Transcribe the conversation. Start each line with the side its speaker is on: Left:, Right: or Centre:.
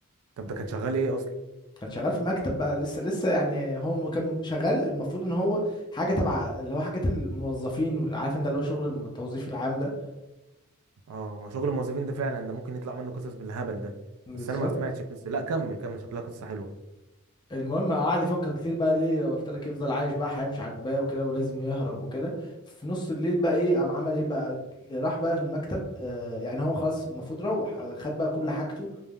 Right: طب ده كان شغال ايه اصلا
Left: كان شغال في مكتب بقى لسه لسه يعني هو كان شغال المفروض ان هو حاجه تبع اللي هو حاجات الموظفين واللي عارف انت اللي هو شغل الم- التوظيف العام ده
Right: اه ما شغل الموظفين ده فعلا ده ممكن يطلع منه قصص بالهبل ده
Left: بالظبط
Right: بس انا ما سمعتش القصة لا كمل كمل شكلها قصة حلوة
Left: المهم قعد يفكر كتير بقى ليه قلت لك يفضل عايش بقى حياة مش عاجباه وكده ولازم يهرب وكده في نص الليل بقى ايه قام عمل ايه بقى ج- راح بقى المكتب آه يعني هو خلاص المفروض روح آه، خد بقى كل حاجته